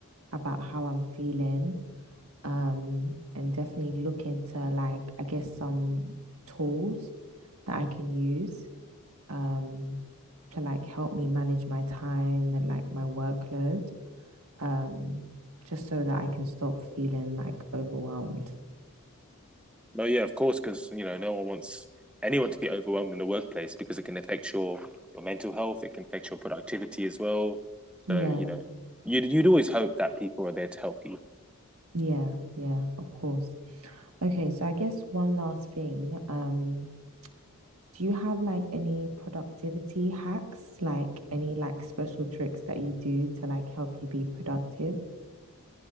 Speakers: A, on the right (about 80°); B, in the centre.
A: about how I'm feeling. Um, and definitely look into like, I guess some tools that I can use, um, to like help me manage my time and like my workload. Um, just so that I can stop feeling like overwhelmed.
B: No, yeah, of course, because you know no one wants anyone to be overwhelmed in the workplace because it can affect your, your mental health. It can affect your productivity as well.
A: Yeah,
B: So you know, you'd you'd always hope that people are there to help you.
A: yeah, yeah, of course. Okay, so I guess one last thing, um, Do you have like any productivity hacks, like any like special tricks that you do to like help you be productive?